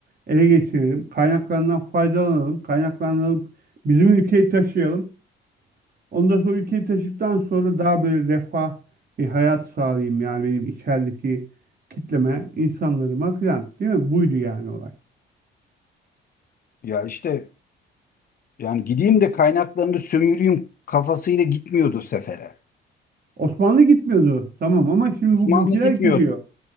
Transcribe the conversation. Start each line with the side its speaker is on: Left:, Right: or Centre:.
Right: Ele geçirelim. Kaynaklarından faydalanalım. Kaynaklanıp bizim ülkeyi taşıyalım. Ondan sonra ülkeyi taşıdıktan sonra daha böyle refah bir hayat sağlayayım. Yani benim içerideki kitleme, insanlarıma filan. Değil mi? Buydu yani olay.
Left: Ya işte Yani gideyim de kaynaklarını sömüreyim kafasıyla gitmiyordu sefere.
Right: Osmanlı gitmiyordu. Tamam ama şimdi
Left: Osmanlı
Right: bugünküler
Left: gitmiyordu.
Right: gidiyor.